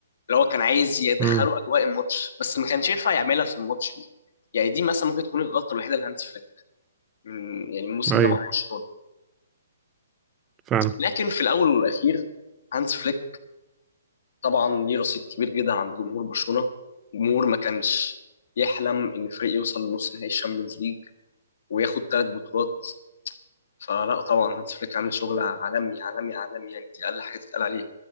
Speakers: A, on the left; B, on the right.
A: اللي هو كان عايز يدخله
B: امم
A: اجواء الماتش بس ما كانش ينفع يعملها في الماتش دي يعني دي مثلا ممكن تكون الغلطه الوحيده لهانس فليك من يعني الموسم
B: أيوة
A: ده مع برشلونه
B: فعلا
A: لكن في الاول والاخير هانس فليك طبعا ليه رصيد كبير جدا عند جمهور برشلونة جمهور ما كانش يحلم ان فريق يوصل لنص نهائي الشامبيونز ليج وياخد ثلاث بطولات فلا طبعا هانز فليك عامل شغل عالمي عالمي عالمي يعني دي اقل حاجه تتقال عليه